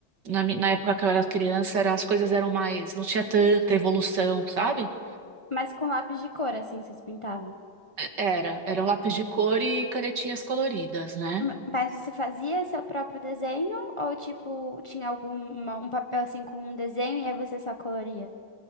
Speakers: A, on the right; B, on the left.
A: Na, mi- na época que eu era criança, era, as coisas eram mais. Não tinha tanta evolução, sabe?
B: Mas com lápis de cor, assim, vocês pintavam?
A: Era, era um lápis de cor e canetinhas coloridas, né?
B: Ma- Mas você fazia seu próprio desenho ou tipo tinha algum uma- um papel assim com um desenho e aí você só coloria?